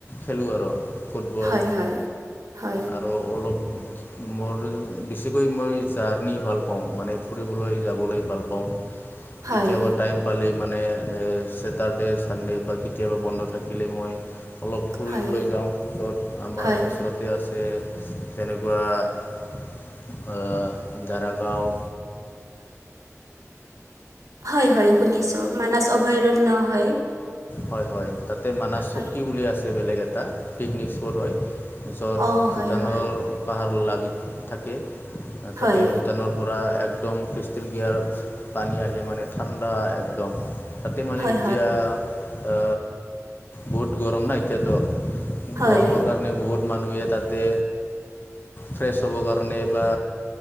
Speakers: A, on the left; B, on the right.
A: খেলোঁ আৰু ফুটবল
B: হয়, হয়, হয়,
A: আৰু অলপ মোৰ বেছিকৈ মই জাৰ্ণি ভাল পাওঁ মানে ফুৰিবলৈ যাবলৈ ভাল পাওঁ
B: হয়
A: কেতিয়াবা টাইম পালে মানে এ চছেটাৰ্ডে চানডে বা কেতিয়াবা বন্ধ থাকিলে মই অলপ ফুৰিবলৈ
B: হয়
A: যাওঁত আমাৰ
B: হয়
A: ওচৰতে আছে যেনেকুৱা দাৰাগাও
B: হয়, শুনিছো ম অভয়াৰন হয়
A: হয়, হয়, তাতে মানা চকী
B: হয়
A: বুলি আছে বেলেগ এটা পিকনিক স্পট হয় য'ত
B: অ
A: ভূটানৰ
B: হয় হয়
A: পাহাৰ লাগি থাকে তাতে
B: হয়
A: ভূটানৰ পৰা এক একদম ক্ৰিষ্টেল গিয়াৰ পানী আহে মানে ঠাণ্ডা একদম তাতে মানে
B: হয়
A: ইতিয়া আ ব গৰম ন ইতিয়াটো
B: হয় হয়
A: গৰমৰ কাৰণে বহুত মানুহ ইয়াত তাতে ফ্ৰেছ হ'বৰ কাৰণে বা